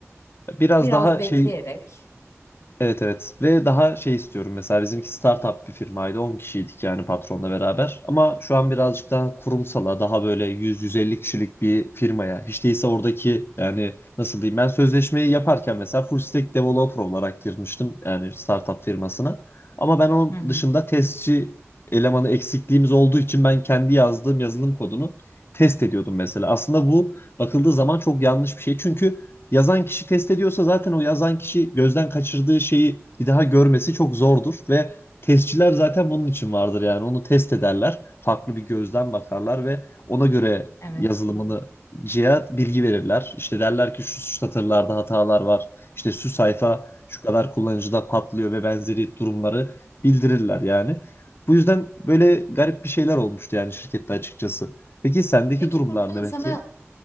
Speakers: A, on the left (about 50°); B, on the left (about 70°).
A: Biraz
B: Biraz
A: daha
B: bekleyerek.
A: şey evet evet ve daha şey istiyorum mesela bizimki startup bir firmaydı 10 kişiydik yani patronla beraber ama şu an birazcık daha kurumsala daha böyle 100-150 kişilik bir firmaya hiç değilse oradaki yani nasıl diyeyim ben sözleşmeyi yaparken mesela full stack developer olarak girmiştim yani startup firmasına ama ben onun
B: Hı hı.
A: dışında testçi elemanı eksikliğimiz olduğu için ben kendi yazdığım yazılım kodunu test ediyordum mesela aslında bu bakıldığı zaman çok yanlış bir şey çünkü Yazan kişi test ediyorsa zaten o yazan kişi gözden kaçırdığı şeyi bir daha görmesi çok zordur ve testçiler zaten bunun için vardır yani onu test ederler. Farklı bir gözden bakarlar ve ona göre
B: Evet.
A: yazılımını cihaz bilgi verirler. İşte derler ki şu satırlarda hatalar var. İşte şu sayfa şu kadar kullanıcıda patlıyor ve benzeri durumları bildirirler yani. Bu yüzden böyle garip bir şeyler olmuştu yani şirkette açıkçası. Peki sendeki
B: Peki
A: durumlar
B: Furkan
A: ne
B: sana
A: peki?